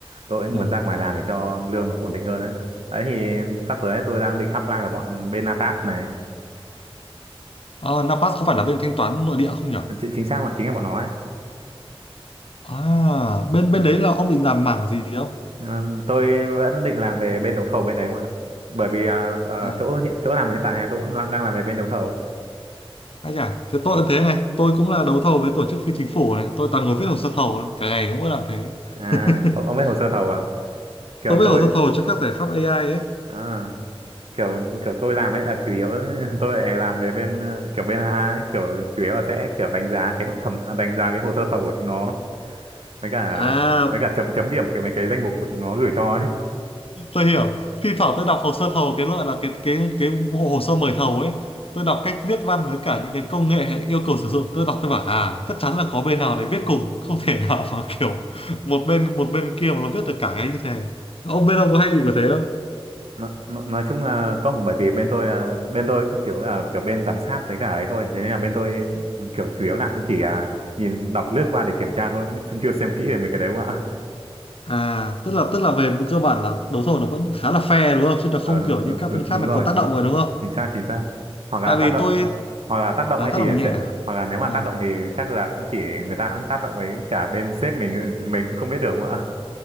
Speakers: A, on the right (about 75°); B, on the left (about 70°).
A: tôi cũng
B: ừ.
A: muốn ra ngoài làm để cho lương nó ổn định hơn đấy đấy thì sắp tới ấy, tôi đang định apply vào bọn bên Napas này
B: À, Napas không phải là bên thanh toán nội địa không nhỉ
A: Chị- chính xác gọi chính là bọn nó ấy
B: À, bên bên đấy là ông định làm mảng gì không?
A: Ờ, tôi vẫn định làm về bên đấu thầu bên đấy không ạ bởi vì à, ở
B: À,
A: chỗ hiện chỗ làm hiện tại tôi cũng làm- đang làm về bên đấu thầu
B: anh à, thế tôi cũng thế này, tôi cũng là đấu thầu với tổ chức phi chính phủ này, tôi toàn ngồi viết hồ sơ thầu này, cả ngày cũng mỗi làm thế.
A: à
B: <laughs>
A: ông, ông biết hồ sơ thầu à kiểu
B: Tôi viết
A: tôi
B: hồ sơ thầu cho các giải pháp AI ấy.
A: à kiểu kiểu tôi làm ấy là chủ yếu <laughs> tôi lại làm về bên ờ, kiểu bên AA ấy, kiểu chủ yếu là sẽ kiểu đánh giá cái thẩm à, đánh giá cái hồ sơ thầu của chúng nó với cả
B: À,
A: với cả chấm chấm điểm cái mấy cái danh mục của chúng nó gửi cho ấy
B: tôi hiểu. Thi thoảng tôi đọc hồ sơ thầu cái loại là cái cái cái bộ hồ sơ mời thầu ấy. Tôi đọc cách viết văn với cả những cái công nghệ hay yêu cầu sử dụng, tôi đọc tôi bảo à, chắc chắn là có bên nào để viết cùng, không thể <laughs> nào mà kiểu một bên một bên kia mà nó viết được cả cái như thế. Ông bên ông có hay bị có thế
A: nói, nói nói chung là không bởi vì bên tôi là bên tôi cũng kiểu là kiểu bên giám sát với cả ấy thôi thế nên là bên tôi kiểu chủ yếu là cũng chỉ à, nhìn đọc lướt qua để kiểm tra thôi cũng chưa xem kỹ về mấy cái đấy không ạ
B: À, tức là tức là về một cơ bản là đấu thầu nó vẫn khá là fair đúng không? Chứ nó không
A: ờ đúng,
B: kiểu như
A: đúng,
B: các
A: đúng,
B: bên khác
A: đúng
B: là
A: rồi
B: có tác
A: chính
B: động rồi đúng không?
A: chính xác chính xác hoặc là
B: Tại vì
A: tác động
B: tôi
A: hoặc là tác động
B: à
A: ấy
B: tác
A: thì
B: động nhẹ
A: sẽ
B: à?
A: hoặc là nếu mà
B: À,
A: tác động thì chắc là cũng chỉ người ta cũng tác động ấy cả bên sếp mình mình cũng không biết được đúng không ạ